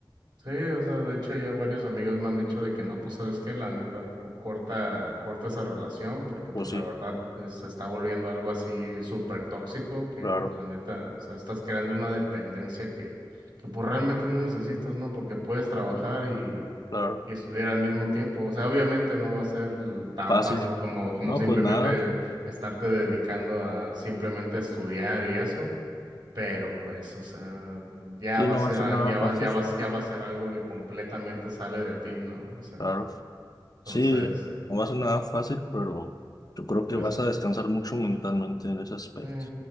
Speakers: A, on the right; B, on the left.
A: Sí, o sea, de hecho ya varios amigos me han dicho de que no, pues sabes que la neta co- corta, corta esa relación porque
B: Pues
A: pues
B: sí,
A: la verdad pues, se está volviendo algo así súper tóxico que
B: claro,
A: pues la neta, o sea, estás creando una dependencia que, que pues realmente no necesitas, ¿no? Porque puedes trabajar y,
B: claro.
A: y estudiar al mismo tiempo. O sea, obviamente no va a ser l- tan
B: Fácil.
A: fácil como, como
B: No,
A: simplemente
B: pues nada.
A: estarte dedicando a simplemente estudiar y eso. Pero pues, o sea, ya
B: Sí,
A: va
B: no
A: a ser,
B: va a ser
A: al-
B: nada
A: ya va,
B: fácil.
A: ya va, ya va a ser algo que completamente sale de ti, ¿no? O sea,
B: Claro.
A: entonces,
B: Sí, no va a ser nada fácil, pero yo creo que
A: pues
B: vas
A: sí,
B: a descansar mucho mentalmente en ese aspecto.
A: sí,